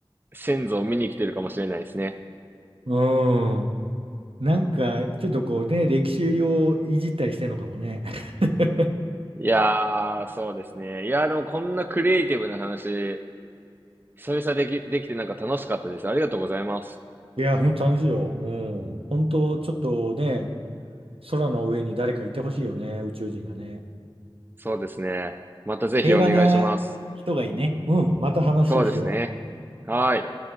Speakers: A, on the right; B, on the right.
A: 先祖を見に来てるかもしれないですね。
B: うん。なんか、ちょっとこうね、歴史をいじったりしてんのかもね。<laughs>
A: いやー、そうですね。いやー、でもこんなクリエイティブな話、久々でき、できてなんか楽しかったです。ありがとうございます。
B: いや、本当楽しいよ。うん。本当、ちょっとね、空の上に誰かいてほしいよね、宇宙人がね。
A: そうですね。またぜひお願いします。
B: 平和な人がいいね。うん。また話しよう。
A: そうですね。はーい。